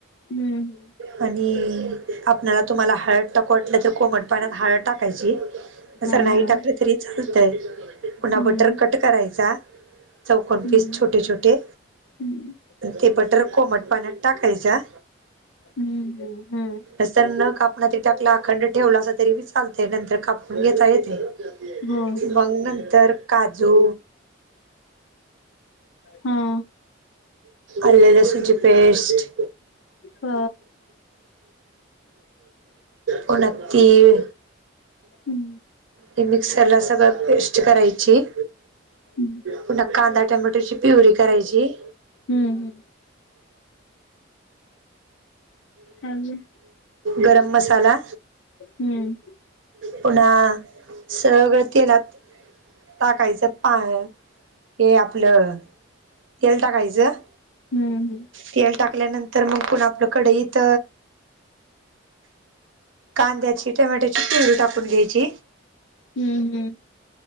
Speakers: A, on the left; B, on the right.
A: हम्म
B: आणि आपल्याला तुम्हाला हळत टाक वाटलं तर को म्हटत. पाण्यात हळ टाकायची
A: हा
B: जर नाही
A: हा
B: टाकलं तरी चालतय पुन्हा
A: हम्म
B: बटर क कट कराचा चौक
A: हम्म.
B: पीस छोटे छोटे
A: हम्म
B: ते बटर कोमट पाण्यात टाकायचा.
A: हम्म हम्म!
B: तस न कापण तरी टाकला अखंड ठेवला अस तरीबी चालतय नंतर कापून घेताला तरी चालतंय.
A: हो
B: मग नंतर काजू
A: हा!
B: आले लसूण ची पेस्ट
A: अ
B: पुन्हा तीळ
A: हम्म
B: हे मिक्सर ला सगळं पेस्ट करायची.
A: हम्म
B: पुन्हा कांदा टमॅटोची प्युरी करायची.
A: हम्म हम्म! हम्म
B: गरम मसाला
A: हम्म
B: पुन्हा सगळं तेलात टाकायचं पा हे आपलं तेल टाकायचं.
A: हम्म हम्म!
B: तेल टाकल्यानंतर मग पुण आपलं कडईत कांद्याची टोमॅटोची प्युरी टाकून घ्यायची.
A: हम् हम्म!